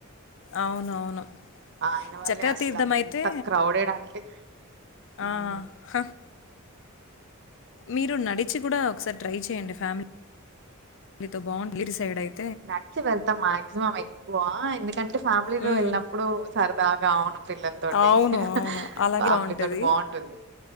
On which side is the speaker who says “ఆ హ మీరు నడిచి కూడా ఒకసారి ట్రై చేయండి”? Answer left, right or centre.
Left